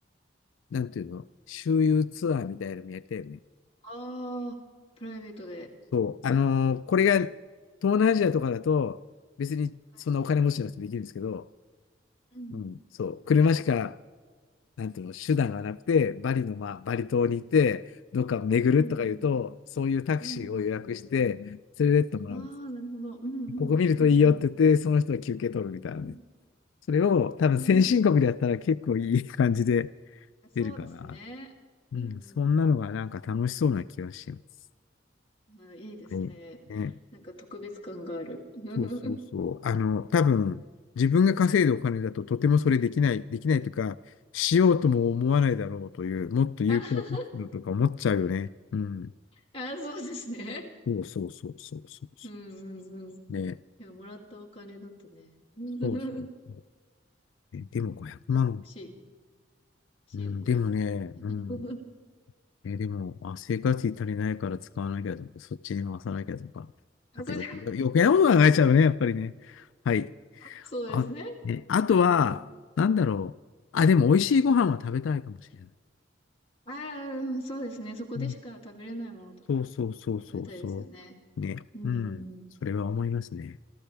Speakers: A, on the left (about 85°); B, on the left (about 30°).
A: う、なんていうの、周遊ツアーみたいなのもやったよね。
B: ああ、プライベートで。
A: そう。あのーこれが、東南アジアとかだと、別にそんなお金持ちの人できるんですけど、
B: はい。うん。
A: うん、そう。車しか、なんていうの、手段がなくて、バリの、まあ、バリ島に行って、
B: はい。うん
A: どっか巡るとか言うと、
B: うん
A: そういうタクシーを予約して、
B: うんうん。
A: 連れてってもらうんです。
B: ああ、なるほど。うんうんうん
A: ここ見るといいよって言って、その人は休憩取るみたいなね。
B: うん。
A: それを多分先進国でやったら結構いい感じで
B: うーん。そうですね。
A: 出るかな。うん、
B: うんうん
A: そんなのがなんか楽しそうな気がします。
B: うん。あいいですね。
A: はい。ね。
B: なんか特別感がある。<laughs>
A: そうそうそう。あの、多分、自分が稼いだお金だととてもそれできない、できないというか、しようとも思わないだろうという、もっと有効活用とか思っちゃうよね。
B: あ、
A: うん。
B: あそうですね。
A: そうそうそうそうそうそ
B: うんうんうん。い
A: う。ね。
B: や、もらったお金だとね。<laughs>
A: そうそうそう。えでも500万。
B: 欲しい、欲しいな、
A: うん、
B: 500万。
A: でもね、
B: <laughs>
A: うん。えーでも、あ、生活費足りないから使わなきゃとか、そっちに回さなきゃとか、
B: あ、
A: なんか余計、
B: そうです。
A: 余計なこと考えちゃうね、やっぱりね。はい。
B: <laughs> そうですね。
A: あ、ね、あとは、
B: うん。
A: なんだろう。あ、でも美味しいご飯は食べたいかもしれない。
B: ああ、そうですね。そこでしか食べれないものとか食べたいですよね。
A: うん。そうそうそうそうそう。ね。
B: うんうん
A: うん。それは思いますね。